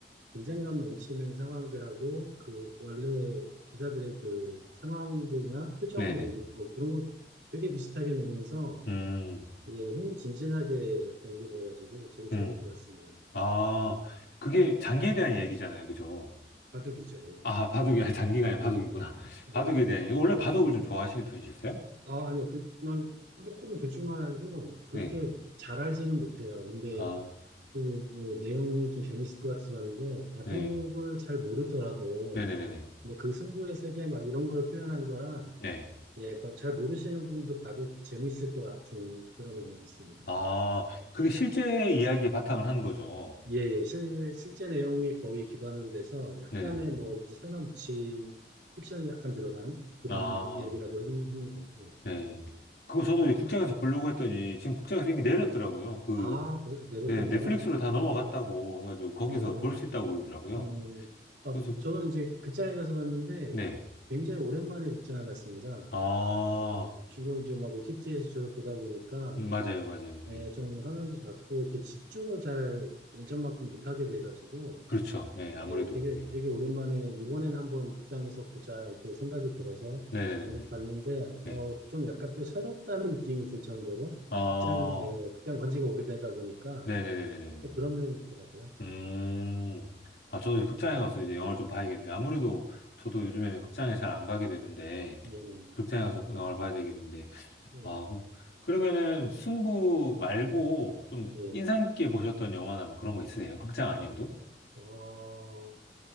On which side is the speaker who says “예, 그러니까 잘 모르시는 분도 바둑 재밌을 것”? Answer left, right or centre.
Right